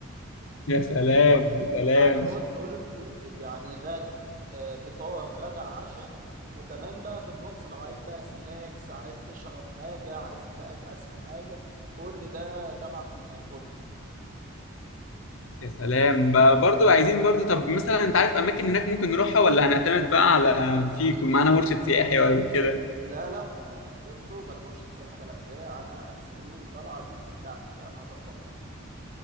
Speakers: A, on the left; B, on the right.
A: يا سلام يا سلام
B: يعني بص اول انكلوسيف يعني غدا آه، فطار غدا عشاء وكمان بقى في النص لو عايز بقى سناكس عايز تشرب حاجة عايز تقزقز في حاجة كل ده تبع فلوس الفندق
A: يا سلام بقى برضو عايزين برضو طب مثلا انت عارف اماكن هناك ممكن نروحها ولا هنعتمد بقى على في يكون معانا مرشد سياحي ولا كده
B: لا لا آه، بصوا بلا مرشد سياحة بلا بتاع انا سيبولي الطلعة دي دي بتاعتي بقى انا هظبطكم